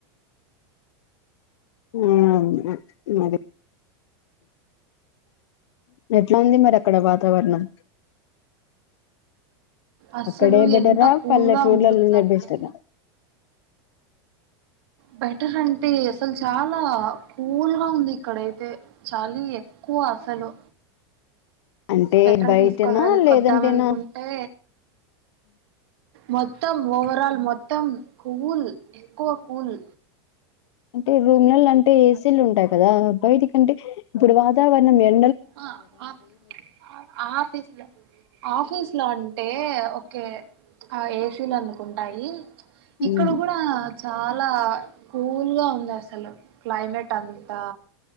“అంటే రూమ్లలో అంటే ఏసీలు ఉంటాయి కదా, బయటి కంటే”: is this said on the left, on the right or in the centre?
Left